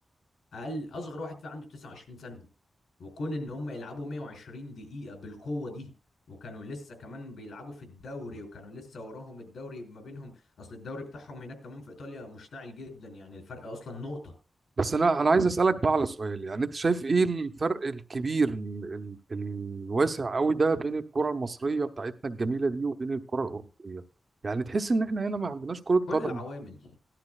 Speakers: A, on the left; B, on the right.
A: اقل اصغر واحد فيها عنده 29 سنه وكون ان هم يلعبوا 120 دقيقه بالقوه دي وكانوا لسه كمان بيلعبوا في الدوري وكانوا لسه وراهم الدوري ما بينهم اصل الدوري بتاعهم هناك كمان في ايطاليا مشتعل جدا يعني الفرق اصلا نقطه
B: بس انا انا عايز اسالك بقى على سؤال يعني انت شايف ايه الفرق الكبير ال- ال- الواسع قوي ده بين الكره المصريه بتاعتنا الجميله دي وبين الكره الاوروبيه يعني تحس ان احنا هنا ما عندناش كره
A: كل
B: قدم
A: العوامل